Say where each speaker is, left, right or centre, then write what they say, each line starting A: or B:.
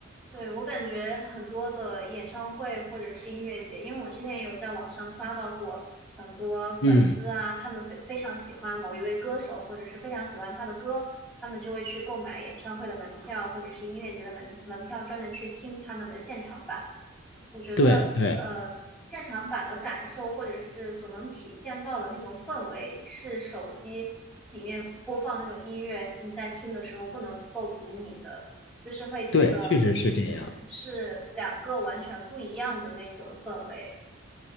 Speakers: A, in the centre; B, on the left.
A: 对，我感觉很多的演唱会或者是音乐节，因为我之前也有在网上刷到过很多粉丝啊，
B: 嗯，
A: 他们非非常喜欢某一位歌手，或者是非常喜欢他的歌，他们就会去购买演唱会的门票或者是音乐节的门门票，专门去听他们的现场版。我觉得，
B: 对对
A: 呃，现场版的感受或者是所能体现到的那种氛围，是手机里面播放那种音乐，你在听的时候不能够比拟的，就是会觉得，
B: 对，确实是这样。
A: 嗯，是两个完全不一样的那种氛围。